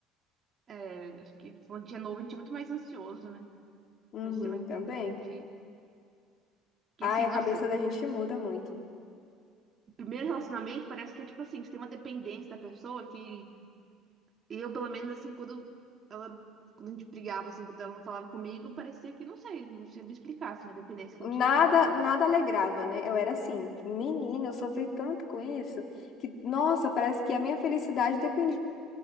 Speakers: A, on the right; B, on the left.
A: É, acho que quando a gente é novo, a gente é muito mais ansioso, né?
B: Uhum,
A: Depois você vai entendendo
B: também.
A: que Que
B: Ai,
A: assim,
B: a
A: nossa,
B: cabeça da gente muda muito.
A: primeiro relacionamento parece que é tipo assim, você tem uma dependência da pessoa que eu, pelo menos, assim, quando ela, quando a gente brigava, assim, quando ela não falava comigo, parecia que, não sei, não sei me explicar, assim, a dependência que
B: Nada,
A: eu tinha.
B: nada alegrava, né? Eu era assim, menina, eu sofri tanto com isso que, nossa, parece que a minha felicidade dependia